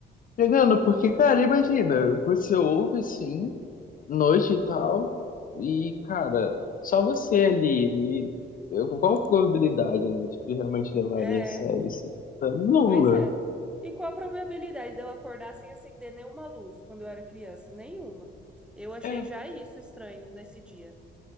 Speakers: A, on the left; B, in the centre.
A: pegando, porque, cara, imagina, você ouve assim. noite e tal. E, cara, só você ali. E eu- qual a probabilidade, né, de que realmente levarem
B: É,
A: a sério, assim? Tipo, Nula.
B: pois é. E qual a probabilidade dela acordar sem acender nenhuma luz quando eu era criança? Nenhuma. Eu achei
A: É,
B: já isso estranho nesse dia,